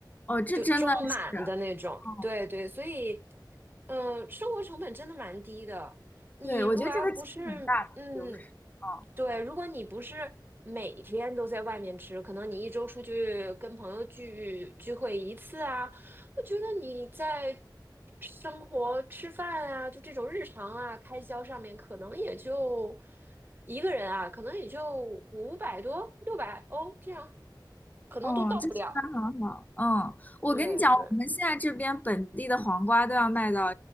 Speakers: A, on the left; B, on the right.
A: 哦，这真的是，
B: 就装满的那种。
A: 哦，
B: 对对，所以，嗯、生活成本真的蛮低的。你如果要不是，
A: 对，我觉得这个其实很大的优势，
B: 嗯，
A: 哦。嗯
B: 对，如果你不是每天都在外面吃，可能你一周出去跟朋友聚聚会一次啊，我觉得你在生活吃饭啊，就这种日常啊开销上面，可能也就一个人啊，可能也就五百多、六百欧这样，可能都到不了。
A: 哦，这西瓜很好。嗯，我跟你讲，
B: 对对。
A: 我们现在这边本地的黄瓜都要卖到